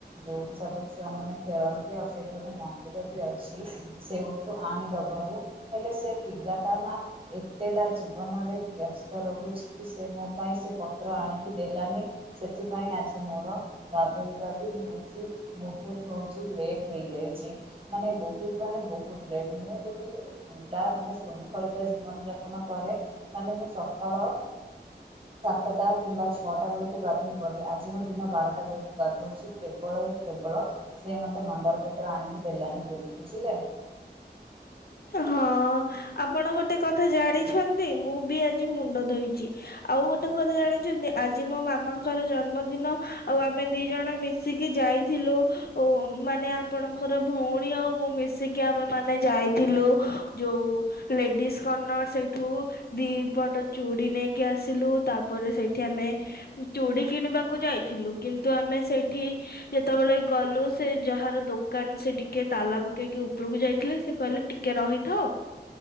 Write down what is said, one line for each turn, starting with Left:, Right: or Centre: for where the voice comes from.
Right: ଯୋଉଠି ସବୁ ଛୁଆ ମାନେ ଖେଳନ୍ତି ଆଉ ସେଇଠି ଗୋଟେ ମନ୍ଦିର ବି ଅଛି। ସେଉଠୁ ଆଣିଦବାରୁ ହେଲେ ସେ ପିଲାଟା ନା ଏତେ ତା ଜୀବନରେ ବ୍ୟସ୍ତ ରହୁଚିକି ସେ ମୋ ପାଇଁ ସେ ପ ତ୍ର ଆଣିକି ଦେଲାନି ସେଥିପାଇଁ ଆଜି ମୋର ଗାଧୋଇବାବି ହେଇଚି ମହୁତ୍ ହଉଚି ଲେଟ୍ ହେଇଯାଇଚି। ମାନେ ବହୁତ ମାନେ ବହୁତ ଲେଟ ମୁଁ ଗୋଟେଏ ପିଲା ମାନେ ଶୃଙ୍ଖଳିତ ଜୀବନ ଯାପନ କରେ। ମାନେ ମୁଁ ସକାଳ ତଟା କିମ୍ବା ଛଅଟା ବେଳକୁ ଗାଧୋଇ ପଡ଼େ ଆଜି ମୁଁ ଦିନ ବାରଟା ବେକୁ ଗାଧୋଉଚି କେବ ବଳ ଏଇ କେବଳ ସେ ମତେ ମନ୍ଦାର ପତ୍ର ଆଣିକି ଦେଲାନି ବୋଲି ବୁଝିଲେ?
Left: ହଁ ଆପଣ ଗୋଟେ କଥା ଜାଣିଛନ୍ତି? ମୁଁ ବି ଆଜି ମୁଣ୍ଡ ଧୋଇଚି। ଆଉ ଗୋଟେ କଥା ଜାଣିଛନ୍ତି ଆଜି ମୋ ମାମାଙ୍କର ଜନ୍ମଦିନ ଆଉ ଆମେ ଦି ଜଣ ମିଶ ସିକି ଯାଇଥିଲୁ ଓ ମାନେ ଆପଣଙ୍କର ଭଉଣୀ ଆଉ ମୁଁ ମିଶିକି ଆମେ ମାନେ ଯାଇ ଥିଲୁ ଯୋଉଁ ଲେଡିସ କର୍ଣ୍ଣର୍ ସେଇଠୁ ଦିପଟ ଚୁଡି ନେଇକି ଆସିଲୁ ତାପରେ ସେଇଠି ଆମେ ଚୁଡି କିଣିବାକୁ ଯାଇଥିଲୁ କିନ୍ତୁ ଆମେ ସେଇଠି ଯେତେବେଳେ ଗଲୁ ସେ ଯାହାର ଦୋକାନ ସେ ଟିକେ ତାଲା ପକେଇକି ଉପରକୁ ଯାଇଥିଲେ ସେ କହିଲେ ଟିକେ ରହିଥାଅ